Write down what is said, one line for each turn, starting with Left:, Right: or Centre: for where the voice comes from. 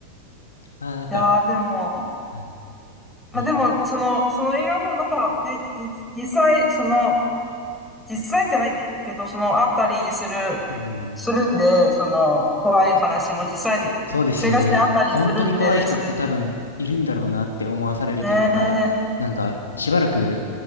Left: あー、なんか、
Centre: いやー、でも、
Left: はい
Centre: まあでも、
Left: に、あ
Centre: その、その映画もなんかね、じ実際、その、実際じゃないけど、その、あったりする、
Left: うん、
Centre: するんで、その、怖い話も実際、
Left: そうですよね。
Centre: 生活であったりするんで、
Left: 本当に怖い人って多分いるんだろうなって思わされるというか、
Centre: それ、ね
Left: なんか、しばらく、